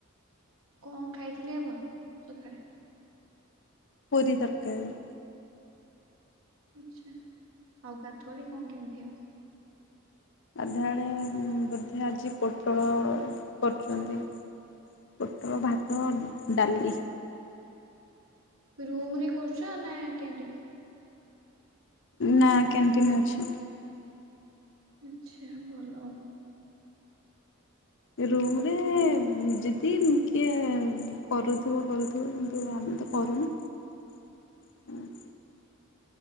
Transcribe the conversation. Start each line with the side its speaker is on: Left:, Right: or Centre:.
Right: କଣ ଖାଇଥିଲେ ଆପଣ ସଖାଳେ?
Left: ପୁରି ତରକାରୀ।
Right: ଆଚ୍ଛା, ଆଉ ଗାଧୁଆଳେ କଣ କେମିତିଆ?
Left: ଗାଧୁଆଳେ ବୋଧେ ଆଜି ପୋଟଳ କରୁଚନ୍ତି। ପୋଟଳ, ଭାତ, ଡାଲି।
Right: ରୁମ୍ ରେ କରୁଚ ନା କ୍ୟାଣ୍ଟିନ୍?
Left: ନା କ୍ୟାଣ୍ଟିନ୍ ଅଛି।
Right: ଆଚ୍ଛା ଭଲ ଆଉ।
Left: ଏ ରୁମ୍ ରେ ଯଦି କିଏ କରୁଥୁବ କରୁଥୁବ କିନ୍ତୁ ଆମ ମେ ତ କରୁନୁ। ଉଁ,